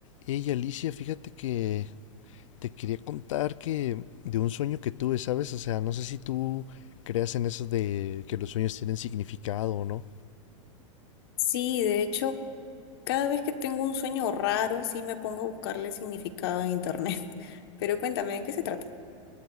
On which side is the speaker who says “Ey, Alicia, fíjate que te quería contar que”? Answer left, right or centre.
Left